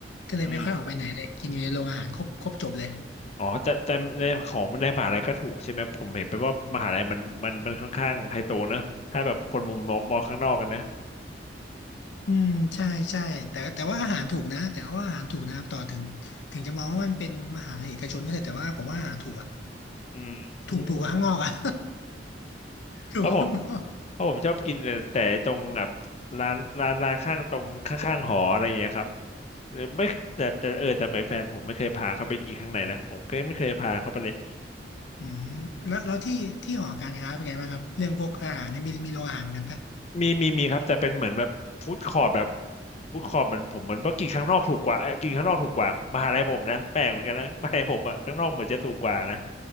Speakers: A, on the left; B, on the left.
A: ก็เลยไม่ค่อยออกไปไหนเลยกินอยู่ในโรงอาหารครบครบจบเลย
B: อืม อ๋อแต่แต่ในของในมหาลัยก็ถูกใช่ไหมผมเห็นไปว่ามหาลัยมันมันมันค่อนข้างไฮโซนะถ้าแบบคนมุมมองมองข้างนอกกันนะ
A: อืมใช่ใช่แต่แต่ว่าอาหารถูกนะแต่ว่าอาหารถูกนะครับต่อถึงถึงจะมองว่ามันเป็นมหาลัยเอกชนก็เถอะแต่ว่าผมว่าอาหารถูกอ่ะ
B: อืม
A: ถูกถูกกว่าข้างนอกอ่ะ
B: <laughs>
A: อยู่ข้างนอก
B: เพราะผมเพราะผมชอบกินแต่แต่ตรงแบบร้านร้านร้านข้างตรงข้างๆหออะไรอย่างเงี้ยครับหรือไม่แต่แต่เออแต่ไม่แฟนผมไม่เคยพาเขาไปกินข้างในนะผมก็ไม่เคยพาเขาไปเลย
A: อืมแล้วแล้วที่ที่หอการค้าเป็นไงบ้างครับเรื่องพวกอาหารเนี่ยมีมีโรงอาหารเหมือนกันปะ
B: มีมีมีครับแต่เป็นเหมือนแบบฟู้ดคอร์ t แบบฟู้ดคอร์ t เหมือนผมเหมือนเพราะกินข้างนอกถูกกว่าเอ้ยกินข้างนอกถูกกว่ามหาลัยผมนะแปลกเหมือนกันนะมหาลัยผมอะข้างนอกเหมือนจะถูกกว่านะ